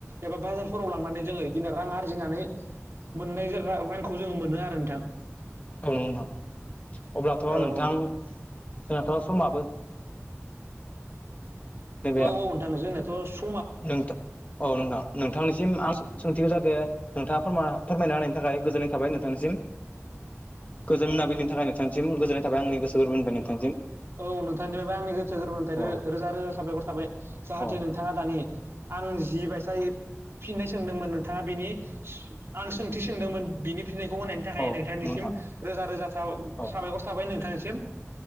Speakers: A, on the right (about 60°); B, on the left (about 30°).
A: एबा बाजारफोराव लांनानै जोङो इदिनो रां आरजिनानै मोननाय जो रां रांखौ जोङो मोनो आरो नोंथां।
B: औ नोंथां अब्लाथ'
A: औ औ
B: नोंथां जोंनाथ' समाबो
A: औ
B: नैबे
A: औ नोंथां जोंनायाथ' स
B: नोंथां औ नोंथां नोंथांनिसिम आं सोंथिखौ जाहाथे नोंथाङा फोरमा फोरमायना होनायनि थाखाय गोजोननाय थाबाय नोंथांनिसिम‌ गोजोन मोनाबिनि थाखाय नोंथांसिम गोजोननाय थाबाय आंनि गोसो गोरबोनिफ्राय नोंथांनिसिम।
A: औ नोंथांनिफ्रायबो आंनि गोसो गोरबोनिफ्राय रो
B: अ
A: रोजा रोजा साबायखर थाबाय जाहाथे
B: अ
A: नोंथाङा दानि आं जि बायसाय फिननाय सोंदोंमोन नोंथाङा बिनि सो आं सोंथि सोंदोंमोन बिनि फिननायखौ होनायनि थाखाय
B: औ
A: नोंथांनिसिम
B: नोंथां
A: रोजा रोजा साबाय
B: औ
A: साबायखर थाबाय नोंथांनिसिम।